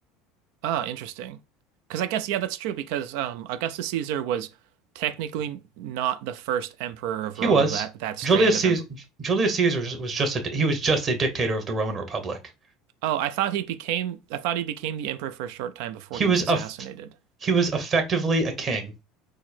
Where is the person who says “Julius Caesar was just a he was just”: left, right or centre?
Right